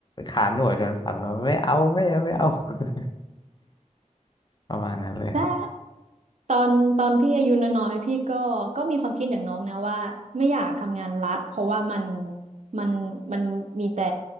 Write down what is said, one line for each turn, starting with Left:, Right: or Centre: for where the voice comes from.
Left: ขาหนวดจนฝันว่าไม่เอาไม่เอาไม่เอา <laughs> ประมาณนั้นเลยครับ
Right: แต่ตอนตอนพี่อายุน้อยๆพี่ก็ก็มีความคิดอย่างน้องนะว่าไม่อยากทำงานรัฐเพราะว่ามันมันมันมีแต่